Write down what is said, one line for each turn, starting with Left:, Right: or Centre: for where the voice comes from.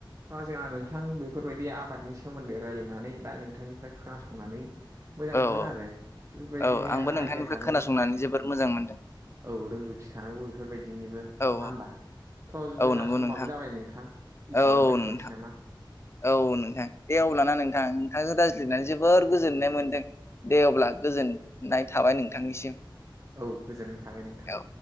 Right: थ जोंहा नोंथां बेफोरबायदि आबादनि सोमोन्दै रायलायनानै बा नोंथांनिफ्राय खोनासंनानै मोजां
Left: औ
Right: मोनदों
Left: औ
Right: आरो बेफोरबायदिनो
Left: औ आंबो नोंथांनिफ्राय
Right: आइडिया थानांगौ।
Left: खोनासंनानै जोबोद मोजां मोनदों
Right: औ रोंगौथि थानांगौ बिफोरबायदिनिबो। नङा
Left: औ औ
Right: होमबा? थ' जोंना
Left: औ नंगौ
Right: समाबो
Left: नोंथां
Right: जाबाय नोंथां एसेयावनो
Left: औ औ
Right: दोनथ'नोसै
Left: नोंथां
Right: नामा?
Left: औ नोंथां दे अब्लाना नोंथां नोंथांजों रायज्लायनानै जोबोर गोजोननाय मोनदों। दे अब्ला गोजोननाय थाबाय नोंथांनिसिम।
Right: औ गोजोननाय थाबाय नोंथां।
Left: औ